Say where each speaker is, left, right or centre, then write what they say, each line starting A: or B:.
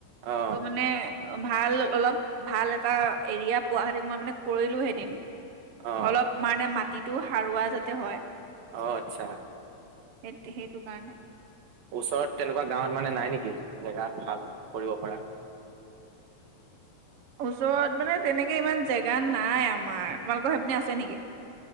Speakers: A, on the right (about 85°); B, on the right (about 55°).
A: অ
B: ত' মানে ভাল অলপ ভাল এটা এৰিয়া পোৱা হেতিন মই মানে কৰিলো হেতেন।
A: অ
B: অলপ মানে মাটিতো সাৰুৱা যাতে হয়।
A: অ'-আচ্ছা।
B: সে সেইটো। কাৰণে
A: ওচৰত তেনেকুৱা গাঁৱত মানে নাই নেকি? জেগা ভাল কৰিব পৰা।
B: ওচৰত মানে তেনেকে ইমান জেগা নাই আমাৰ, তোমালোকৰ সেইপিনে আছে নেকি?